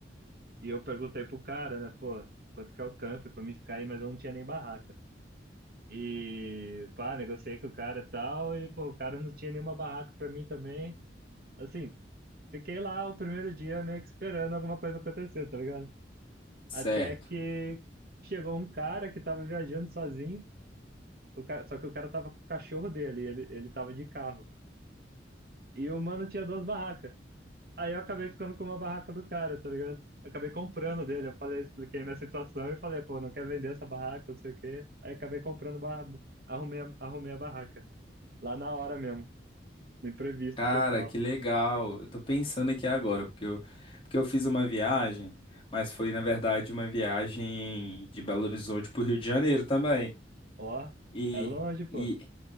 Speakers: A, on the right (about 55°); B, on the left (about 30°).
A: E eu perguntei pro cara, né, pô, quanto que é o camp pra mim ficar aí, mas eu não tinha nem barraca. E, pá, negociei com o cara e tal, e, pô, o cara não tinha nenhuma barraca pra mim também. Assim, fiquei lá o primeiro dia meio que esperando alguma coisa acontecer, tá ligado?
B: certo.
A: Até que chegou um cara que tava viajando sozinho, o cara, só que o cara tava com o cachorro dele, ele, ele tava de carro. E o mano tinha duas barracas. Aí eu acabei ficando com uma barraca do cara, tá ligado? Acabei comprando dele. Eu falei, expliquei minha situação e falei, pô, não quer vender essa barraca, não sei o quê. Aí acabei comprando, barra... arrumei, a- arrumei a barraca. Lá na hora mesmo, no imprevisto
B: Cara,
A: total.
B: que legal. Eu tô pensando aqui agora, porque eu, porque eu fiz uma viagem, mas foi, na verdade, uma viagem de Belo Horizonte pro Rio de Janeiro também.
A: Ó,
B: E,
A: é longe, pô.
B: e